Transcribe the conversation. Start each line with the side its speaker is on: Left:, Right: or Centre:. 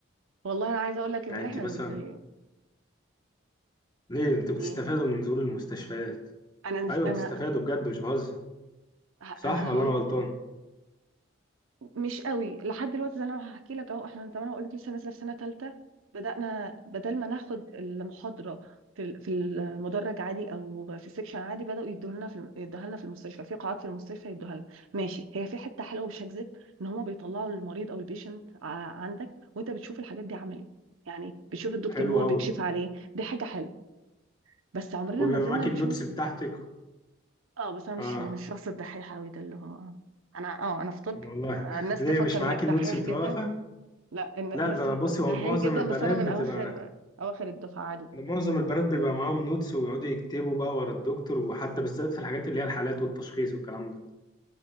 Right: والله أنا عايزة أقول لك إن
Left: يعني انت
Right: احنا
Left: مثلا
Right: مش زيه
Left: ليه انت
Right: ليه
Left: بتستفادوا من نزول المستشفيات
Right: أنا نز...
Left: ايوه
Right: أنا
Left: بتستفادوا بجد مش بهزر
Right: ه- أنا
Left: صح ولا
Right: هقول
Left: انا غلطان
Right: مش قوي لحد دلوقتي زي ما انا هحكي لك اهو احنا زي ما انا بقول لك لسه نازله في سنه ثالثه بدانا بدل ما ناخد المحاضره في ال- في المدرج عادي او في السكشن عادي بداوا يدوها لنا في يدوها لنا في المستشفى في قاعات في المستشفى يدوها لنا ماشي هي في حته حلوه مش هكذب ان هما بيطلعوا المريض او البيشنت عندك وانت بتشوف الحاجات دي عملي يعني بتشوف الدكتور
Left: حلو
Right: هو
Left: قوي
Right: بيكشف عليه دي حاجه حلوه بس عمرنا
Left: وبيبقى
Right: ما نزلنا
Left: معاك
Right: نشوف
Left: النوتس بتاعتك
Right: اه بس انا مش
Left: اه
Right: من الشخص الدحيح قوي ده اللي هو انا اه انا في طب
Left: والله
Right: فالناس
Left: <laughs> ليه
Right: تفكر
Left: مش
Right: انك
Left: معاك النوتس
Right: دحيح
Left: بتبقى
Right: جدا
Left: واقفة
Right: لا الن- الناس
Left: لا ده
Right: تفكرك
Left: انا بص
Right: دحيح
Left: هو معظم
Right: جدا
Left: البنات
Right: بس انا من
Left: بتبقى
Right: اواخر اواخر الدفعه عادي جدا
Left: ده معظم البنات بيبقى معاهم نوتس ويقعدوا يكتبوا بقى ورا الدكتور وحتى بالذات في الحاجات اللي هي الحالات والتشخيص والكلام ده